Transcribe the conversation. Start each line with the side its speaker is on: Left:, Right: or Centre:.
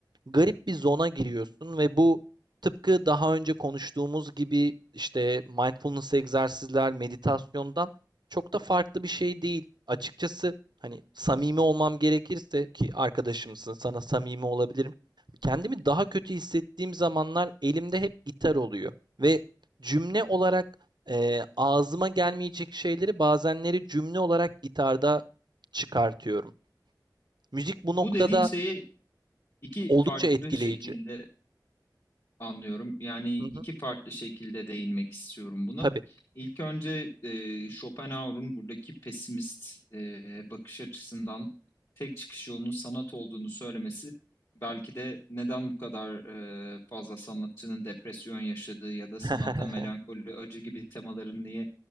Right: garip bir zona giriyorsun ve bu tıpkı daha önce konuştuğumuz gibi işte mindfulness egzersizler, meditasyondan çok da farklı bir şey değil. Açıkçası hani samimi olmam gerekirse ki arkadaşımsın, sana samimi olabilirim. Kendimi daha kötü hissettiğim zamanlar elimde hep gitar oluyor ve cümle olarak e, ağzıma gelmeyecek şeyleri bazenleri cümle olarak gitarda çıkartıyorum. Müzik bu noktada
Left: Bu dediğin şeyi iki
Right: oldukça
Left: farklı
Right: etkileyici.
Left: şekilde anlıyorum. Yani
Right: Hı hı,
Left: iki farklı şekilde değinmek istiyorum buna.
Right: tabii.
Left: İlk önce e, Schopenhauer'un buradaki pesimist e, bakış açısından tek çıkış yolunun sanat olduğunu söylemesi belki de neden bu kadar e, fazla sanatçının depresyon yaşadığı ya da sanatta
Right: <laughs>
Left: melankoli, acı gibi temaların niye